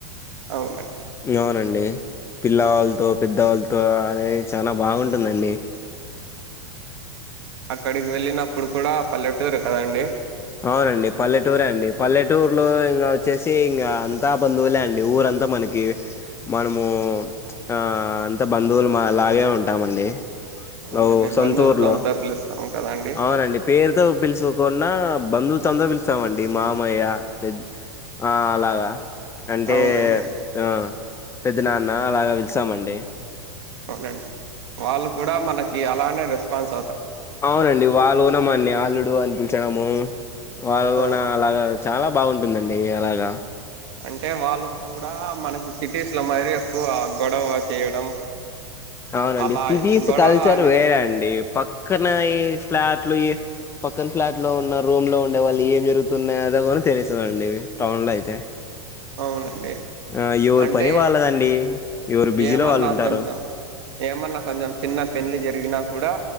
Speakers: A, on the right; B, on the left.
A: అవునం
B: అవునండి పిల్లావాళ్ళతో, పెద్దవాళ్ళతో అనేది చానా బాగుంటుందండి.
A: అక్కడికి వెళ్ళినప్పుడు కూడా పల్లెటూరు కదండి.
B: అవునండి. పల్లెటూరే అండి పల్లెటూరు లో ఇంకా వచ్చేస్ సి ఇంకా అంతా బంధువులే అండి ఊరంతా మనకి మనము ఆ అంత బంధువులులాగే ఉంటామండి.
A: అవునండి
B: ఓ సొంతూర్
A: బంధుత్వంతో
B: లో
A: పిలుస్తాం కదండి
B: అవునండి. పేరుతో పిలుసుకున్నా బంధుత్వంతో పిలుస్తామండి. మామయ్య పెద్ద ఆ అలాగా అంటే
A: అవునండి
B: ఆ పెద్ద నాన్న అలాగా పిలిస్తామండి.
A: అవునండి. వాళ్ళు కూడా మనకి అలానే రెస్ <unintelligible>
B: అవునండి. వాళ్ళు కూడా మనని అల్లుడు అని పిల్చడము వాళ్ళ కూడా
A: అవును
B: అలాగే చాలా బాగుంటుందండి. అయ్యాలాగా
A: అంటే వాళ్ళు కూడా మనకి సిటీస్ ఇట్ల <unintelligible> ఎక్కువ గొడవ చేయడం
B: అవునండి.
A: అలా
B: సిటీస్
A: గొడవ
B: కల్చర్
A: అనే
B: వేరే అండి. ఎక్కనైనా ఈ ఫ్లాట్లు ఈ పక్కన ఫ్లాట్ లో ఉన్న రూమ్ లో ఉండే వాళ్ళు ఏం జరుగుతున్నాయి. అన్నది కూడా తెలిసందండి. టౌన్ లో అయితే
A: అవునండి.
B: ఆ ఎవరి
A: అంటే
B: పని వాళ్ళదండి ఎవరు బిజీలో
A: ఏమన్నా
B: వాళ్ళు ఉంటారు
A: కొంచెం ఏమన్నా కొంచెం చిన్న పెళ్లి జ తెగినా కూడా